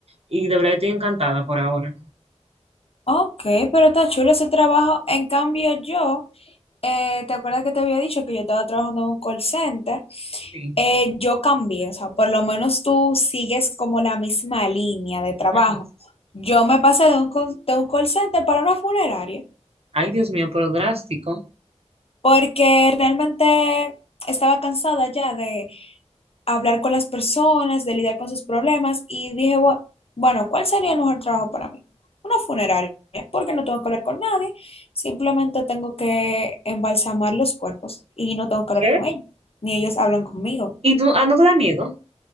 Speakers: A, on the right; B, on the left.
A: Y de verdad estoy encantada por ahora.
B: Ok, pero está chulo ese trabajo. En cambio, yo, eh, ¿te acuerdas que te había dicho que yo estaba trabajando en un call center?
A: Sí.
B: Eh, yo cambié, o sea, por lo menos tú sigues como la misma línea de trabajo.
A: Ajá.
B: Yo me pasé de un call, de un call center para una funeraria.
A: Ay, Dios mío, pero drástico.
B: porque realmente estaba cansada ya de hablar con las personas, de lidiar con sus problemas y dije, "Bu- bueno, ¿cuál sería el mejor trabajo para mí? Una funeraria, porque no tengo que hablar con nadie, simplemente tengo que embalsamar los cuerpos y no tengo que
A: ¿Qué?
B: hablar con ellos, ni ellos hablan conmigo.
A: ¿Y tú, ah, no te da miedo?